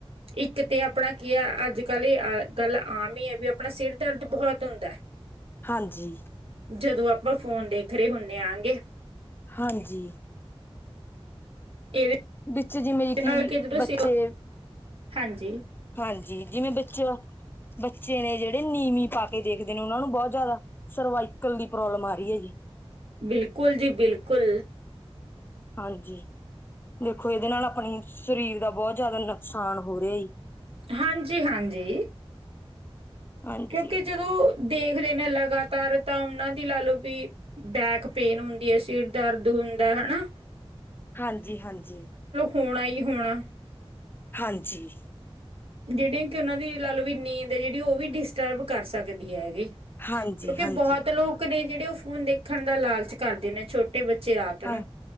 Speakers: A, on the right; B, on the left.
A: ਇੱਕ ਤੇ ਆਪਣਾ। ਕੀ ਆ ਅੱਜ ਕੱਲ੍ਹ ਇਹ ਅਹ ਗੱਲ ਆਮ ਹੀ ਹੈ ਵੀ ਆਪਣਾ ਸਿਰ ਦਰਦ ਬਹੁਤ ਹੁੰਦਾ।
B: ਹਾਂਜੀ।
A: ਹੈ ਜਦੋਂ ਆਪਾਂ ਫੋਨ ਦੇਖ ਰਹੇ ਹੁੰਦੇ ਆਂਗੇ।
B: ਹਾਂਜੀ।
A: ਇਹਦੇ
B: ਵਿੱਚ ਜਿਵੇਂ ਕਿ
A: ਨਾਲ ਜਦੋਂ
B: ਬੱਚੇ
A: ਸਿਰ ਹਾਂਜੀ।
B: ਹਾਂਜੀ ਜਿਵੇਂ ਬੱਚੇ ਬੱਚੇ ਨੇ ਜਿਹੜੇ ਨੀਵੀਂ ਪਾ ਕੇ ਦੇਖਦੇ ਨੇ ਉਹਨਾਂ ਨੂੰ ਬਹੁਤ ਜ਼ਿਆਦਾ ਸਰਵਾਈਕਲ ਦੀ ਪ੍ਰੋਬਲਮ ਆ ਰਹੀ ਹੈ ਜੀ।
A: ਬਿਲਕੁਲ ਜੀ ਬਿਲਕੁਲ।
B: ਹਾਂਜੀ। ਦੇਖੋ ਇਹਦੇ ਨਾਲ ਆਪਣੇ ਸ਼ਰੀਰ ਦਾ ਬਹੁਤ ਜ਼ਿਆਦਾ ਨੁਕਸਾਨ ਹੋ ਰਿਹਾ।
A: ਹਾਂਜੀ ਹਾਂਜੀ।
B: ਹਾਂਜੀ,
A: ਕਿਉਂਕਿ ਜਦੋਂ ਦੇਖ ਰ ਮੈਂ ਲਗਾਤਾਰ ਤਾਂ ਉਹਨਾਂ ਦੀ ਲਾ ਲਓ ਵੀ ਬੈਕ ਪੇਨ ਹੁੰਦੀ ਹੈ। ਸਿਰ ਦਰਦ ਹੁੰਦਾ ਹੈਨਾ।
B: ਹਾਂਜੀ ਹਾਂਜੀ।
A: ਹੋਣਾ ਹੀ ਹੋਣਾ।
B: ਹਾਂਜੀ।
A: ਜਿਹੜੇ ਕਿ ਉਹਨਾਂ ਦੀ ਲਾ ਲਓ ਵੀ ਨੀਂਦ ਹੈ ਜਿਹੜੀ ਉਹ ਵੀ ਡਿਸਟਰਬ ਕਰ ਸਕਦੀ ਹੈਗੀ।
B: ਹਾਂਜੀ-ਹਾਂਜੀ,
A: ਕਿਉਂਕਿ ਬਹੁਤ ਲੋਕ ਨੇ ਜਿਹੜੇ ਉਹ ਫੋਨ ਦੇਖਣ ਦਾ ਲਾਲਚ ਕਰਦੇ ਨੇ। ਛੋਟੇ ਛੋਟੇ ਬੱਚੇ ਰਾਤ ਨੂੰ।
B: ਹਾਂ